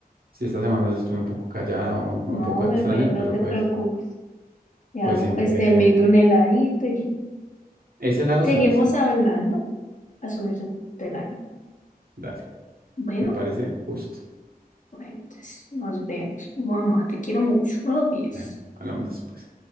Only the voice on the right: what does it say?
si esta semana estuve un poco callado o
un poco extraño,
pero
pues,
pues
siempre
eh,
ese lado
se lo hace.
Dale,
me parece justo.
Dale, hablamos después.